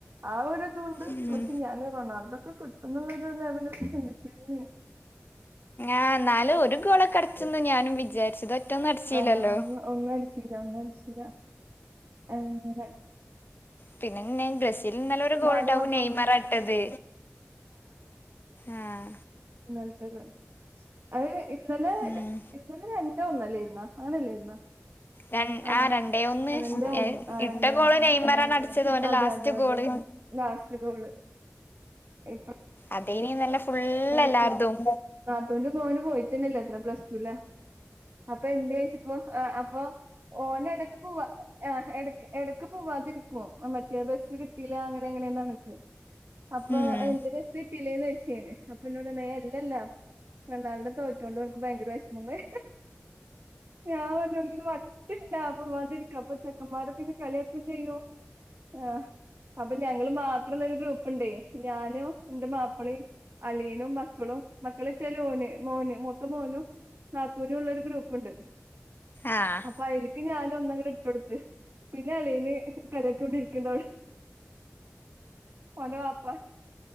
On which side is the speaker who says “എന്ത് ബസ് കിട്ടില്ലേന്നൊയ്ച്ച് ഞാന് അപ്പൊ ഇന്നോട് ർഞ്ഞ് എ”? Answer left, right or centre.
Right